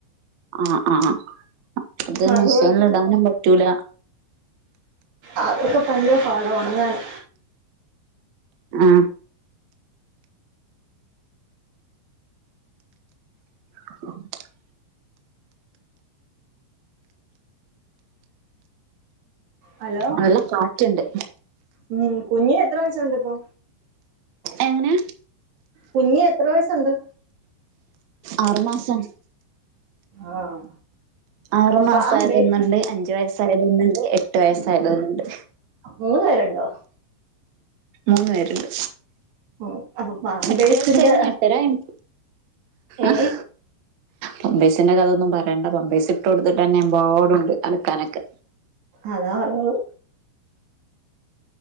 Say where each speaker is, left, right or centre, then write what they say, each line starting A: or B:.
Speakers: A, on the right (about 85°); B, on the right (about 65°).
A: ആഹ് ആഹ്. അത്
B: അതുപോലത്തെ
A: മെഷീനൽ
B: തു
A: ഇടാനും പറ്റൂല
B: അതൊക്കെ പയങ്കര പാട ഉണങ്ങാന്
A: ആ ശബ്ദം ക്ലിയർ അല്ല
B: ഹലോ
A: നല്ല കാറ്റ്ണ്ട്
B: ഉം കുഞ്ഞിന് എത്ര വയസുണ്ട് ഇപ്പൊ
A: എങ്ങനെ
B: കുഞ്ഞ് എത്രെ വയസാെണ്ട്
A: ആറ് മാസം
B: ആഹ്
A: ആറു
B: അപ്പൊ
A: മാസായതൊന്ന്ണ്ട്
B: പാമ്പേഴ്സ്
A: അഞ്ചു വയസ്സായതൊന്ന്ണ്ട് എട്ട് വയസ്സായതൊന്ന്ണ്ട്
B: മൂന്ന് പേരുണ്ടോ
A: മൂന്ന് പേരുണ്ട്
B: ഉം അപ്പൊ പാമ്പേഴ്സിന്റെ
A: എട്ടര വയസ് കഴിഞ്ഞ എട്ടര ആയിന്
B: ഏ
A: ആഹ് പമ്പേസിന്റെ കഥയൊന്നും പറയണ്ട പമ്പേസ് ഇട്ടൊട്ത്ത്ട്ടെന്നെ എമ്പാടുണ്ട് അലക്കാനൊക്കെ
B: അതാ <unintelligible>